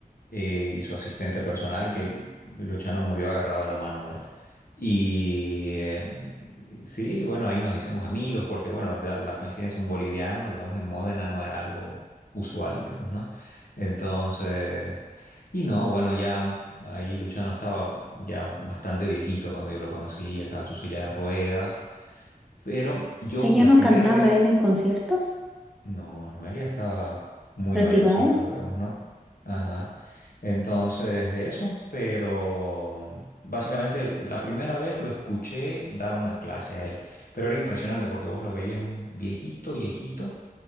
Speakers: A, on the left; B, in the centre.
A: eh, y su asistente personal, que Luchano murió agarrado de la mano de él. Y eh, sí, bueno, ahí nos hicimos amigos, porque bueno, da- la coincidencia, un boliviano, digamos, en Módena no era algo usual, digamos, ¿no? Entonces... Y no, bueno, ya ahí Luchano estaba ya bastante viejito cuando yo lo conocí, estaba en su silla de ruedas, pero yo
B: sea, ¿ya
A: la
B: no
A: primera
B: cantaba
A: vez,
B: él en conciertos?
A: no, Noelia estaba muy
B: ¿Retirado?
A: mayorcito, digamos, ¿no? Ajá. Entonces, eso, pero básicamente la primera vez lo escuché dar una clase a él, pero era impresionante porque vos lo veías un viejito, viejito